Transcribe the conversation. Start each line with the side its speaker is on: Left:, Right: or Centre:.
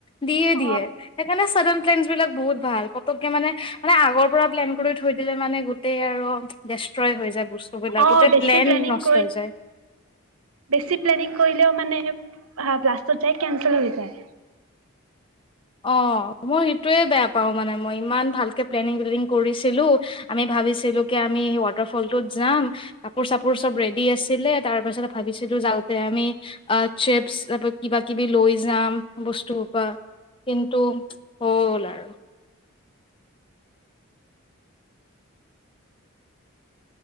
Left: দিয়ে
Right: অ',
Left: দিয়ে সেইকাৰণে ছাডেন ট্ৰেণ্ছ বিলাক বহুত। ভাল পতককে মানে, মানে আগৰ পৰা প্লেন কৰি থৈ। থাকিলে মানে গোটেই আৰু ডেষ্ট্ৰয় হৈ যায় বস্তুবিলাক
Right: অ',
Left: গোতেই
Right: বেছি
Left: প্লেন
Right: প্লেনিং
Left: নষ্ট
Right: কৰি
Left: হৈ যায়।
Right: বেছি প্লেনিং কৰিলেও মানে লাষ্টত যায় কেনচেল হৈ যায়।
Left: অ মই সেইটোৱে বেয়া পাওঁ মানে মই ইমান ভালকে প্লেনিং প্লেনিং কৰিছিলোঁ, আমি ভাবিছিলো কি আমি ৱাটাৰ ফলটোত যাম কাপোৰ চাপোৰ চব ৰেডি আছিলে তাৰ পাছত ভাবিছিলো যাওঁতে আমি চেপছ ত কিবা কিবি লৈ যাম বস্তু হোপা। কিন্তু হ'ল আৰু।